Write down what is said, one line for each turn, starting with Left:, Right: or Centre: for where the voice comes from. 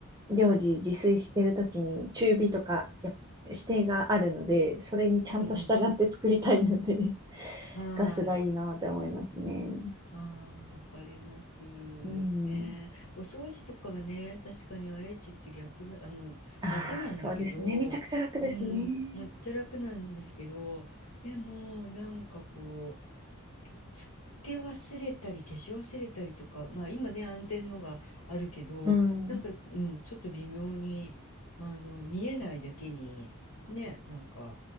Right: 料理自炊してるときに中火とかやっ指定があるので、それにちゃんと従って作りたいので、
Left: うんうん。
Right: <laughs>
Left: はい。
Right: ガスがいいなって思いますね。
Left: ああ、わかります。
Right: うん。
Left: ね。お掃除とかはね、確かに愛知って逆な、あの、
Right: ああ、
Left: 楽なんだけど、
Right: そうですね。めちゃくちゃ楽ですね。
Left: うん、めっちゃ楽なんですけど、でも、なんかこつけ忘れたり消し忘れたりとか、まあ今ね安全のがあるけど、
Right: うん。
Left: なんか、うん、ちょっと微妙に、あの、見えないだけに、ね、なんか、